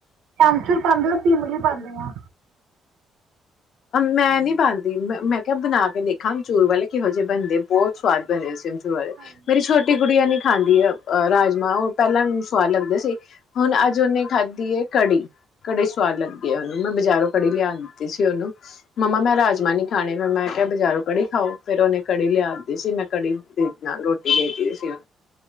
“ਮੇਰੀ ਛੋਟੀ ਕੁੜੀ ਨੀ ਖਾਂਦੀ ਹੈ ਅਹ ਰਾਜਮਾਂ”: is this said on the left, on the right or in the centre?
Left